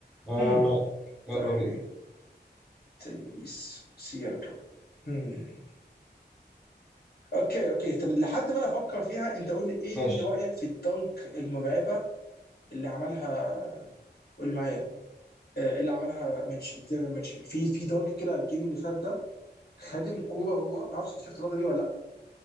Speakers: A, in the centre; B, on the left.
A: آه
B: هم
A: معاك يلا
B: تايري
A: بينا
B: تايريس سياكم هم اوكي اوكي طب لحد ما انا افكر فيها انت قول لي ايه
A: ماشي
B: اللي رايك في الدنك المرعبه اللي عملها قول معايا آه، اللي عملها ميتشل زي ما ميتشل في في دنك كده على الجيم اللي فات ده خد الكوره هو ما اعرفش انت شفت اللقطه دي ولا